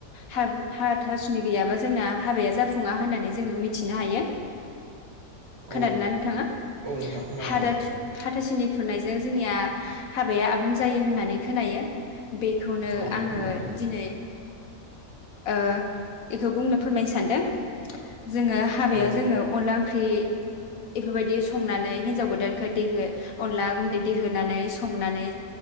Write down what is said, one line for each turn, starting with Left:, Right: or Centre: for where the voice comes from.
Left: हायब हायब तासुनि गैयाबा जोंना हाबाया जाफुङा होननानै जोङो मिथिनो हायो खोनादों
Right: औ
Left: ना नोंथाङा
Right: औ नोंथां खोनादों
Left: हादादस
Right: औ
Left: हाथासुनि खुननायजों जोंनिया हाबाया आबुं जायो होननानै खोनायो बेखौनो
Right: औ
Left: आङो
Right: खोनायो
Left: दिनै ओ बेखौ बुंनो फोरमायनो सानदों जोङो हाबायाव
Right: औ
Left: जोङो अनला ओंख्रि इफोरबायदि संनानै हिनजाव गोदानखौ देहो अनला गुन्दै देहोनै संनानै